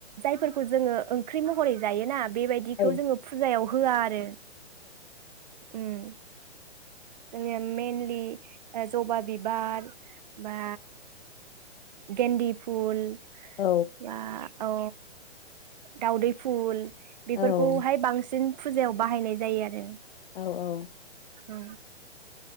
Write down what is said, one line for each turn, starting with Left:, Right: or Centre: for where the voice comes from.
Right: जायफोरखौ जों ओंख्रि महरै जायोना बेबायदिखौ
Left: ओहो
Right: जोङो फुजायाव होआ आरो। उम जों मेनलि जबा बिबार बा गेन्दि फुल
Left: औ
Right: बा औ। दाावदै फुल बेफोरखौहाय
Left: औ औ
Right: बांसिन फुजायाव बाहायनाय जायो आरो
Left: औ औ।
Right: औ।